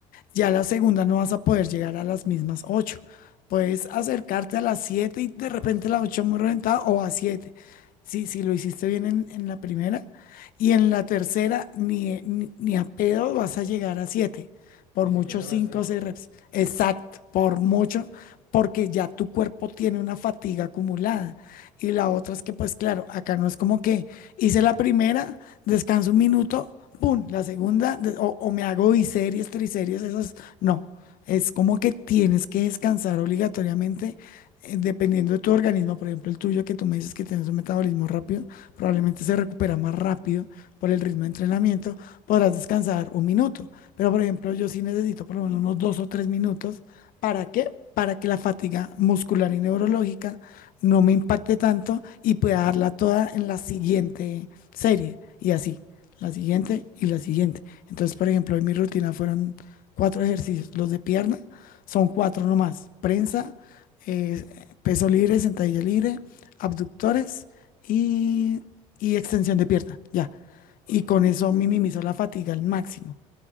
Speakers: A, on the left; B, on the left.
A: ya la segunda no vas a poder llegar a las mismas ocho. Puedes acercarte a las 7 y de
B: A
A: repente
B: las siete,
A: la 8
B: sí.
A: muy reventada o a siete Si, si lo hiciste bien en, en la primera. Y en la tercera, ni, ni, ni a pedo vas a llegar a siete Por
B: Ni
A: mucho
B: siquiera
A: 5
B: a las 5.
A: o 6 reps.
B: Exacto.
A: Exacto, por mucho, porque ya tu cuerpo tiene una fatiga acumulada. Y la otra es que, pues claro, acá no es como que hice la primera, descanso un minuto, pum, la segunda, de- o, o me hago biseries, triseries, esas, no. Es como que tienes que descansar obligatoriamente, eh, dependiendo de tu organismo. Por ejemplo, el tuyo, que tú me dices que tienes un metabolismo rápido, probablemente se recupera más rápido por el ritmo de entrenamiento. Podrás descansar un minuto. Pero, por ejemplo, yo sí necesito por lo menos unos dos o tres minutos. ¿Para qué? Para que la fatiga muscular y neurológica no me impacte tanto y pueda darla toda en la siguiente serie. Y así la siguiente y la siguiente. Entonces, por ejemplo, en mi rutina fueron cuatro ejercicios. Los de pierna son cuatro
B: Sí.
A: nomás. Prensa, eh, peso libre, sentadilla libre, abductores y, y extensión de pierna. Ya. Y
B: Ok.
A: con eso minimizo la fatiga al máximo.